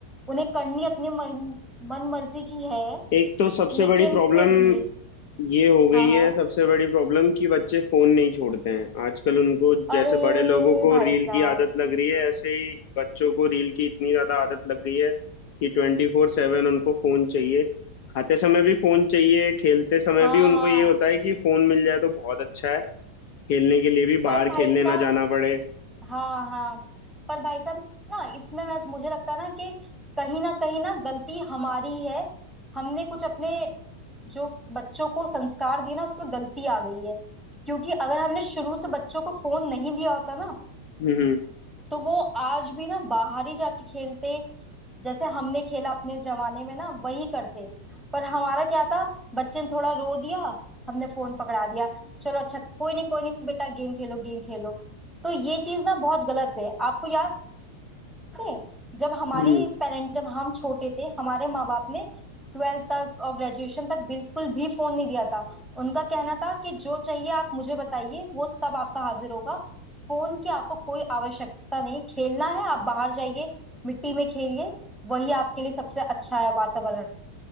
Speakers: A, in the centre; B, on the left.
A: उन्हें करनी अपनी मन मन मर्जी की है
B: एक तो सबसे
A: लेकिन
B: बड़ी प्रॉब्लम
A: फिर भी
B: ये हो गई
A: हाँ हाँ
B: है सबसे बड़ी प्रॉब्लम कि बच्चे फोन नहीं छोड़ते हैं आजकल उनको
A: अरे
B: जैसे बड़े लोगों को
A: भाई
B: रील
A: साहब
B: की आदत लग रही है ऐसे ही बच्चों को रील की इतनी ज्यादा आदत लग गई है कि ट्वेंटी फोर सेवन उनको फोन चाहिए खाते समय भी फोन चाहिए खेलते समय
A: हाँ
B: भी उनको
A: हाँ
B: ये होता है कि फोन मिल जाए तो बहुत अच्छा है खेलने के लिए भी
A: पर
B: बाहर
A: भाई
B: खेलने
A: साहब
B: ना जाना पड़े
A: हाँ हाँ पर भाई साहब ना इसमें मैं मुझे लगता है ना कि कहीं ना कहीं ना गलती हमारी है हमने कुछ अपने जो बच्चों को संस्कार दिए ना उसमें गलती आ गई है क्योंकि अगर हमने शुरू से बच्चों को फोन नहीं दिया होता ना
B: हम्म
A: तो वो आज भी ना बाहर ही जाके खेलते जैसे हमने खेला अपने जमाने में ना वही करते पर हमारा क्या था बच्चे ने थोड़ा रो दिया हमने फोन पकड़ा दिया चलो अच्छा कोई नहीं कोई नहीं बेटा गेम खेलो गेम खेलो तो ये चीज ना बहुत गलत है आपको याद है जब हमारी
B: हम्म
A: पेरेंट जब हम छोटे थे हमारे माँ बाप ने ट्वेल्थ तक और ग्रेजुएशन तक बिल्कुल भी फोन नहीं दिया था उनका कहना था कि जो चाहिए आप मुझे बताइए वो सब आपका हाजिर होगा फोन की आपको कोई आवश्यकता नहीं खेलना है आप बाहर जाइए मिट्टी में खेलिए वही आपके लिए सबसे अच्छा है वातावरण